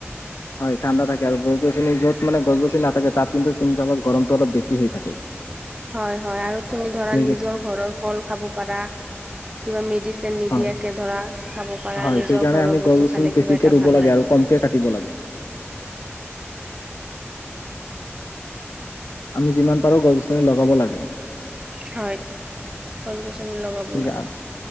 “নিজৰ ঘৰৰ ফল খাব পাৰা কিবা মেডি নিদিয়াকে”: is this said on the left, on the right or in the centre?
Right